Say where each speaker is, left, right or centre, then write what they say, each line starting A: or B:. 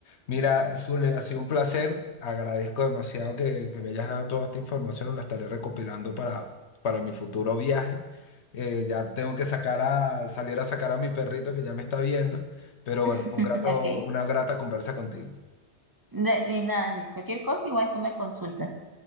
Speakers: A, on the left (about 70°); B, on the right (about 20°).
A: Mira, Zule, ha sido un placer. Agradezco demasiado que, que me hayas dado toda esta información. La estaré recopilando para, para mi futuro viaje. Eh, ya tengo que sacar a, salir a sacar a mi perrito que ya me está viendo. Pero bueno,
B: <laughs>
A: fue un grato,
B: Ok.
A: una grata conversa contigo.
B: De, de nada, Luis. Cualquier cosa, igual tú me consultas.